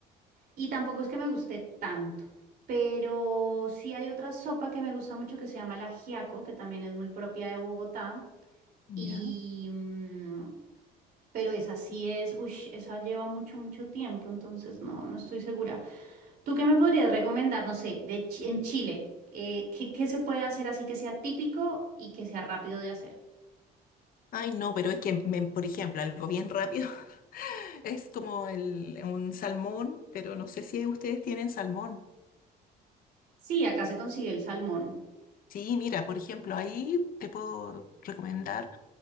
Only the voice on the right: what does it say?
Y tampoco es que me guste tanto. Pero sí hay otra sopa que me gusta mucho que se llama el ajiaco, que también es muy propia de Bogotá.
Y, mm, pero esa sí es, uy, esa lleva mucho, mucho tiempo, entonces no, no estoy segura. ¿Tú qué me podrías recomendar, no sé, de, Ch- en Chile? Eh, ¿qué, qué se puede hacer así que sea típico y que sea rápido de hacer?
Sí, acá se consigue el salmón.